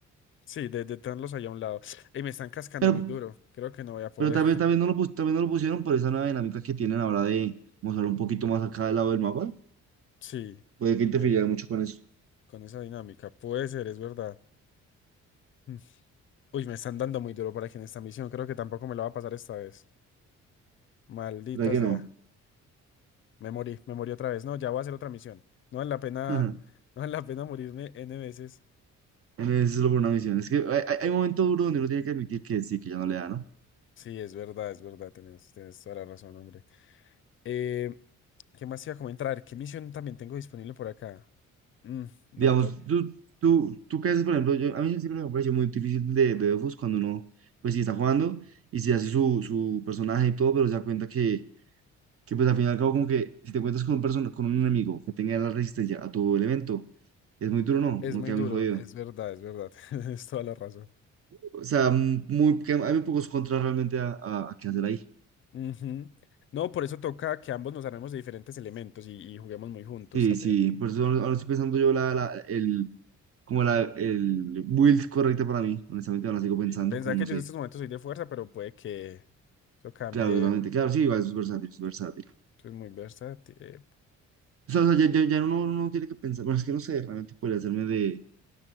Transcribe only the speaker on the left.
Sí, de, de tenerlos ahí a un lado. Y me están cascando
muy duro. Creo que no voy a poder.
Sí,
ok,
con esa dinámica. Puede ser, es verdad. Mm. Uy, me están dando muy duro por aquí en esta misión. Creo que tampoco me lo va a pasar esta vez. Maldita
sea.
Me morí, me morí otra vez. No, ya voy a hacer otra misión. No vale la pena,
<laughs> no vale la pena morirme N veces.
Sí, es verdad, es verdad, tienes, tienes toda la razón, hombre. Eh, ¿qué más iba a comentar? A ver, ¿Qué misión también tengo disponible por acá? Mm, no,
tengo-
es
muy
duro,
es verdad, es verdad, <laughs> tienes toda la razón.
Ujú. No, por eso toca que ambos nos armemos de diferentes elementos y, y juguemos muy juntos
también.
Y Pensar
que yo
en estos momentos soy de fuerza, pero puede que eso cambie.
Eso es muy versátil. Eh,